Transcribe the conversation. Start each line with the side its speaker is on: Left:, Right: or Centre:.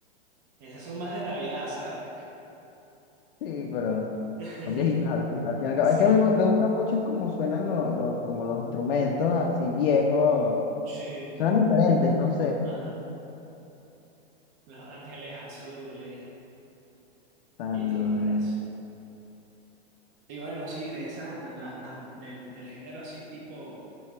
Right: Esas son más de Navidad, ¿sabes?
Left: Sí, pero
Right: <laughs>
Left: son viejitos al, fin al fin y al cabo.
Right: Sí,
Left: Es que a mí me, me gusta mucho es como suenan los, los, como los instrumentos así viejos.
Right: sí,
Left: Suenan diferentes, no sé.
Right: ajá. Los Ángeles Azules
Left: También.
Right: y todo eso. Y bueno, sí, de esas, la- la- del, del género así tipo,